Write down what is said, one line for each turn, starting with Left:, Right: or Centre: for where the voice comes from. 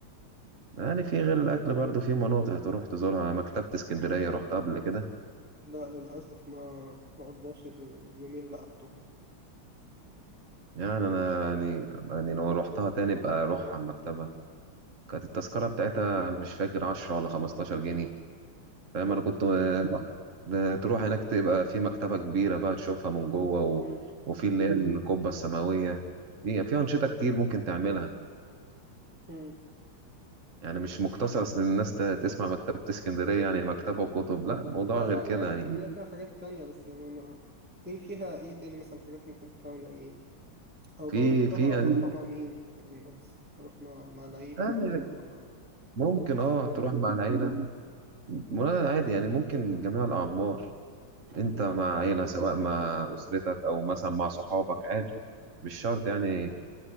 Right: يعني في غير الاكل برضو في مناطق تروح تزورها مكتبة اسكندرية رحتها قبل كده
Centre: لا للأسف ما ما قضاش اليومين اللي قضتهم
Right: يعني انا يعني يعني لو روحتها تاني بقى اروح على المكتبه كانت التذكره بتاعتها مش فاكر 10 ولا 15 جنيه فاهم
Centre: طب
Right: انا كنت آه، ده تروح هناك تبقى في مكتبه كبيره بقى تشوفها من جوه و...
Centre: مم.
Right: وفي اللي هي القبه السماويه في في انشطه كتير ممكن تعملها
Centre: مم.
Right: يعني مش مقتصر اصل الناس ت- تسمع مكتبه اسكندريه يعني مكتبه وكتب لا موضوع
Centre: لا
Right: غير
Centre: لا
Right: كده
Centre: أنا عارف
Right: يعني
Centre: إن هي فيها حاجات تانية بس يعني ما إيه فيها إيه تاني مثلا حاجات ممكن تعمل يعني إيه أو
Right: في
Centre: لو رحتها
Right: في يعني
Centre: أروحها مع مين يعني أنصح أروح مع مع العيلة
Right: يعني
Centre: مثلا ولا مع
Right: ممكن
Centre: حد في
Right: اه
Centre: سننا
Right: تروح مع العيله ولا عادي يعني ممكن جميع الاعمار انت
Centre: مم.
Right: مع عيلة سواء مع أسرتك أو مثلا مع صحابك عادي مش شرط يعني